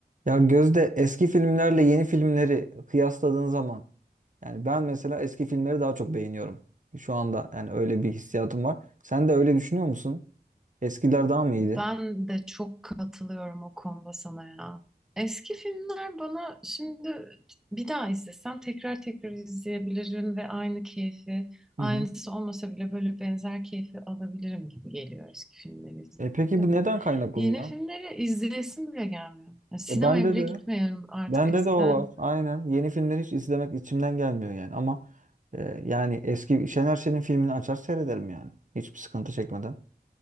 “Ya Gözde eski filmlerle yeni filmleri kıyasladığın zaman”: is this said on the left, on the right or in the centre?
Right